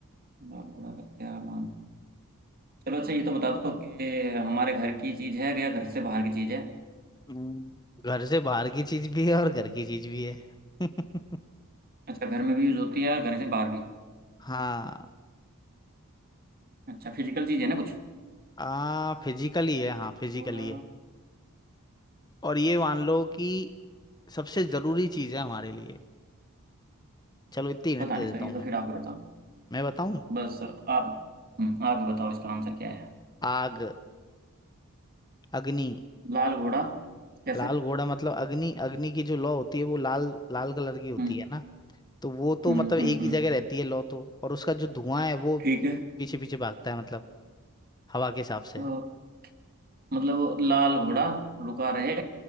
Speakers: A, on the right; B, on the left.
A: लाल घोड़ा का क्या मान चलो अच्छा ये तो बता दो कि हमारे घर की चीज है या घर से बाहर की चीज है
B: हम्म, घर से बाहर की चीज भी है और घर की चीज भी है <laughs>
A: अच्छा घर में भी यूज होती है घर से बाहर भी
B: हाँ
A: अच्छा फिजिकल चीज है ना कुछ
B: आ फिजिकली है हाँ फिजिकली
A: घोड़ा
B: है और ये मान लो कि सबसे जरूरी चीज है हमारे लिए चलो इतनी हिंट
A: पता
B: दे
A: नहीं
B: देता
A: सर ये
B: हूँ
A: तो
B: मैं
A: फिर आप ही बताओ
B: मैं बताऊं
A: बस सर आप हम्म, आप ही बताओ इसका आंसर क्या है
B: आग अग्नि
A: लाल घोड़ा कैसे
B: लाल घोड़ा मतलब अग्नि अग्नि की जो लौ होती है वो लाल लाल कलर की होती
A: हम्म
B: है ना तो वो तो
A: हम्म
B: मतलब एक
A: हम्म
B: ही
A: हम्म,
B: जगह रहती है लौ तो और उसका जो धुआं है वो
A: ठीक है
B: पीछे पीछे भागता है मतलब हवा के हिसाब से
A: तो मतलब वो लाल घोड़ा रुका रहे